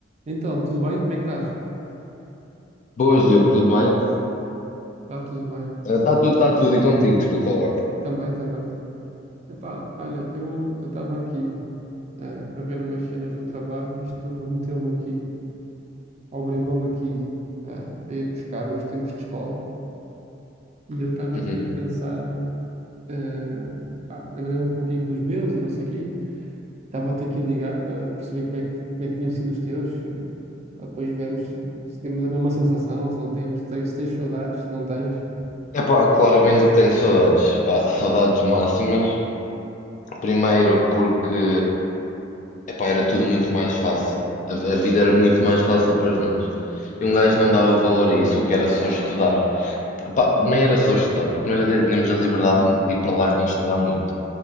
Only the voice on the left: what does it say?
Boas, Diogo, tudo bem?
Está tudo, está tudo e contigo, desculpa lá.
Uhum.
Epá, claramente que tenho saudades, pá, saudades máximas. Primeiro porque, epá, era tudo muito mais fácil. A, a vida era muito mais fácil para nós. E um gajo não dava valor a isso, o que era só estudar. Epá, nem era só estudar, porque nós até tínhamos a liberdade de ir para lá nem estudar muito.